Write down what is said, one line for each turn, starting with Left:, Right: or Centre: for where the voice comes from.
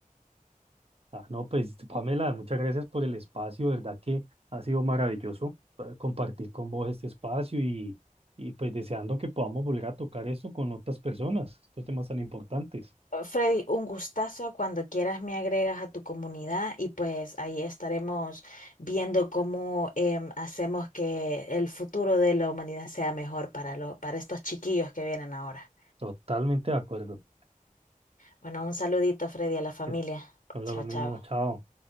Right: Ah, no, pues Pamela, muchas gracias por el espacio, verdad que ha sido maravilloso eh, compartir con vos este espacio y, y pues deseando que podamos volver a tocar esto con otras personas, estos temas tan importantes.
Left: Freddy, un gustazo. Cuando quieras me agregas a tu comunidad y pues ahí estaremos viendo cómo em, hacemos que el futuro de la humanidad sea mejor para, lo- para estos chiquillos que vienen ahora.
Right: Totalmente de acuerdo.
Left: Bueno, un saludito, Freddy, a la familia.
Right: Es- No
Left: Chao,
Right: lo mismo,
Left: chao.
Right: chao.